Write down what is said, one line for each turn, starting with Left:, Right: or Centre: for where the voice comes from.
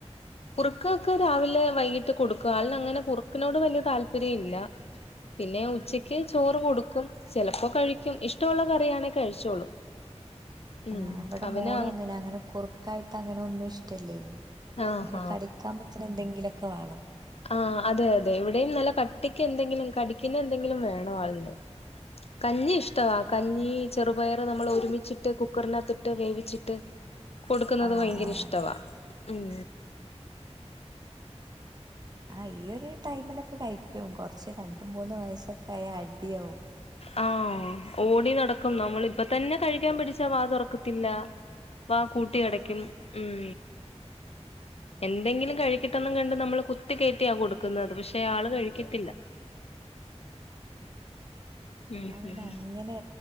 Left: കുറുക്കൊക്കെ രാവിലെ വൈകിട്ട് കൊടുക്കുക ആളിന് അങ്ങനെ കുറുക്കിനോട് വലിയ താല്പര്യം ഇല്ല പിന്നെ ഉച്ചയ്ക്ക്
Right: ആഹ്
Left: ചോറ് കൊടുക്കും ചിലപ്പോ കഴിക്കും ഇഷ്ടമുള്ള കറിയാണേ കഴിച്ചോളും ഉം
Right: ആ അവിടെ
Left: അവന്
Right: മോളും അങ്ങനെ അങ്ങനെ കുറുക്കായിട്ട് അങ്ങനെ ഒന്നും ഇഷ്ടല്ല
Left: ആഹ്
Right: പിന്നെ കടിക്കാൻ പറ്റ്ണ എന്തെങ്കി ഇതിലൊക്കെ വേണോ
Left: ആ അതെ അതെ ഇവിടെയും നല്ല കട്ടിക്ക് എന്തെങ്കിലും കടിക്കുന്ന എന്തെങ്കിലും വേണം ആളിന് കഞ്ഞി ഇഷ്ടവാ കഞ്ഞി ചെറുപയർ നമ്മൾ ഒരുമിച്ചിട്ട് കുക്കറിനാത്തിട്ട് വേവിച്ചിട്ട് കൊടുക്കുന്നത്
Right: ആഹ് ആഹ്
Left: ഭയങ്കര ഇഷ്ടവാ ഉം
Right: ആ ഈ ഒരു ടൈമിലൊക്കെ കഴിക്കും കൊറച്ച് രണ്ട് മൂന്ന് വയസ്സൊക്കെ ആയാ അടിയാവും
Left: ആഹ് ഓടി നടക്കും നമ്മള ഇപ്പ തന്നെ കഴിക്കാൻ പിടിച്ച വാ തൊറക്കത്തില്ല അ കൂട്ടി
Right: ആഹ്
Left: അടക്കും ഉം
Right: ഉം
Left: എന്തെങ്കിലും കഴിക്കിട്ടന്നും കണ്ട് നമ്മള്
Right: അതെ
Left: കുത്തി കയറ്റിയ കൊടുക് ക്കുന്നത് പക്ഷെ ആള് കഴിക്കത്തില്ല ഉം
Right: അ പിന്നെ
Left: ഉം
Right: അങ്ങനെ